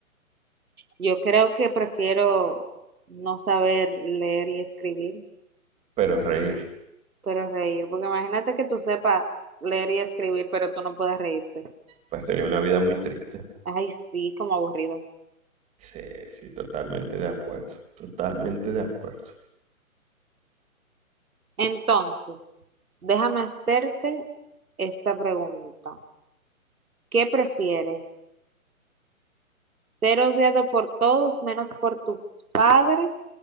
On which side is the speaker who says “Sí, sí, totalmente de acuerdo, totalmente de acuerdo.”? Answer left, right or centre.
Right